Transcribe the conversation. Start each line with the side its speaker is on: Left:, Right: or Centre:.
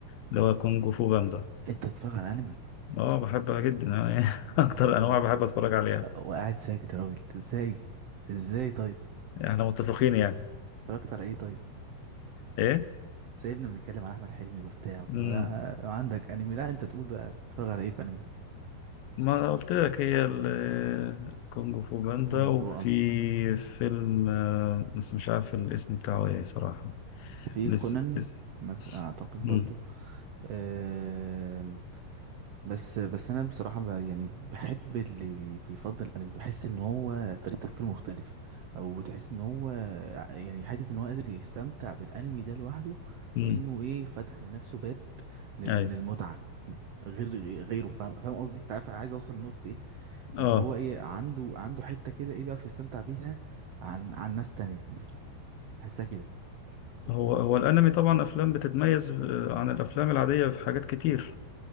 Left: اللي هو كونج فو باندا
Right: انت بتتفرج على انمي
Left: اه بحبها جدا أنا <laughs> يعني
Right: يا
Left: اكتر
Right: نهار ابيض
Left: انواع بحب اتفرج عليها
Right: وقاعد ساكت يا راجل ازاي ازاي طيب
Left: احنا متفقين يعني
Right: اتفرجت على ايه طيب
Left: ايه
Right: سايبنا بنتكلم على احمد حلمي وبتاع <laughs> و-
Left: امم
Right: وعندك انمي لا انت تقول بقى بتتفرج على ايه في انمي
Left: ما انا قلت لك هي ال- كونج فو باندا
Right: كونغ
Left: وفي
Right: فو
Left: فيلم آه، بس مش عارف الاسم بتاعه ايه صراحة
Right: في
Left: لسه
Right: كونان
Left: لسه
Right: مثلا اعتقد
Left: مم.
Right: برضو آم، بس بس انا بصراحه ب يعني بحب اللي بي- بيفضل الانمي بحس ان هو طريقه تفكيره مختلفه او تحس ان هو ع- يعني حته ان هو قادر يستمتع بالانمي ده لوحده
Left: مم.
Right: كانه ايه فتح لنفسه باب لل-
Left: ايوه
Right: للمتعه غير غيره فاهم فاهم قصدي انت عارف عايز اوصل لنقطه ايه
Left: اه
Right: اللي هو ايه عنده عنده حته كده ايه بيعرف يستمتع بيها عن عن ناس تانية مثلا بحسها كده
Left: هو هو الانمي طبعا افلام بتتميز آه، عن الافلام العادية في حاجات كتير